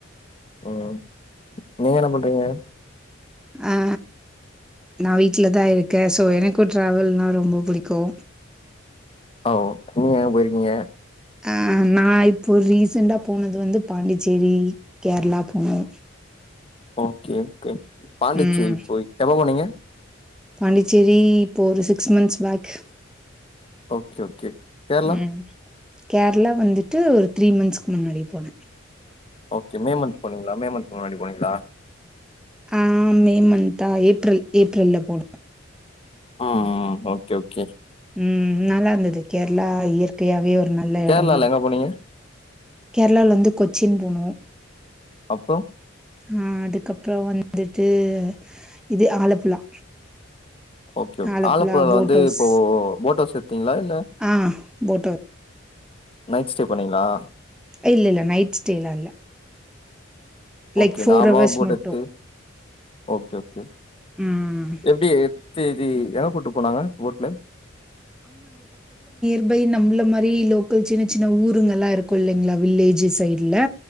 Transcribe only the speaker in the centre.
அ அ நா வீட்லதா இருக்க சோ எனக்கு ட்ராவல்னா ரொம்போ புடிக்கு
அ நா இப்போ ரீசெண்டா போனது வந்து பாண்டிச்சேரி கேரளா போனோ
ம்.
பாண்டிச்சேரி இப்போ ஒரு six months back
ம். கேரளா வந்துட்டு ஒரு த்ரீ மந்த்ஸ்க்கு முன்னாடி போன
ஆ மே மந்த்தா ஏப்ரல் ஏப்ரல்ல போனோ
ம் நல்லா இர்ந்தது கேரளா இயற்கையாவே ஒரு நல்ல
எடந்தா
கேர்ளாலந்து கொச்சின் போனோ
ஆ அதுக்கப்ற வந்துட்டு இது ஆலப்புழா
ஆலப்புழா
போட்
ஹவுஸ்
ஆ போட் ஹவுஸ்
இல்லில்ல நைட் ஸ்டேலா இல்ல லைக்
ஃபோர்
ஹவர்ஸ்
மட்டு
ம்
ப்பை நம்பள மாரி லோக்கல் சின்ன சின்ன ஊருங்களா இருக்கு இல்லங்ளா வில்லேஜ்ஜு சைட்ல